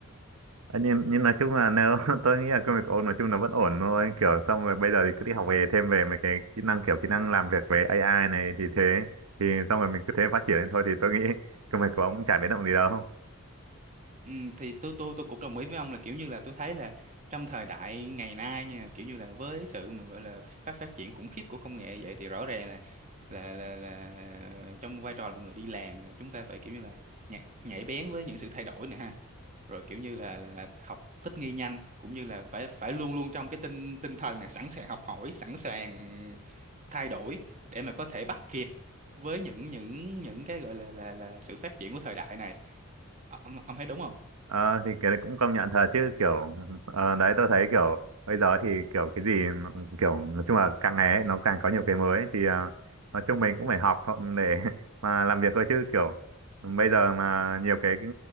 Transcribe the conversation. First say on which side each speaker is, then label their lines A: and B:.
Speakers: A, on the right; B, on the right.
A: Ờ, nhưng, nhưng nói chung là nếu <laughs> tôi nghĩ là công việc của ông nói chung là vẫn ổn thôi. Kiểu xong rồi bây giờ thì cứ đi học về thêm về mấy cái kỹ năng kiểu kỹ năng làm việc với AI này thì thế. Thì xong rồi mình cứ thế phát triển lên thôi thì tôi nghĩ <laughs> công việc của ông cũng chả biến động gì đâu.
B: Ừ, thì tôi tôi tôi cũng đồng ý với ông là kiểu như là tôi thấy là trong thời đại ngày nay nha kiểu như là với sự mà gọi là phát phát triển khủng khiếp của công nghệ vậy thì rõ ràng là là là là trong vai trò là một người đi làm là chúng ta phải kiểu như là nhạy, nhạy bén với những sự thay đổi nè ha rồi kiểu như là là học thích nghi nhanh cũng như là phải phải luôn luôn trong cái tinh tinh thần là sẵn sàng học hỏi sẵn sàng thay đổi để mà có thể bắt kịp với những những những cái gọi là là là sự phát triển của thời đại này Ờ, ông ông thấy đúng không
A: Ờ, thì cái đấy cũng công nhận thật chứ kiểu ờ, đấy tôi thấy kiểu bây giờ thì kiểu cái gì nó- kiểu nói chung là càng ngày ấy, nó càng có nhiều cái mới thì ờ, nói chung mình cũng phải học thôi để <laughs> mà làm việc thôi chứ kiểu bây giờ mà nhiều cái, cái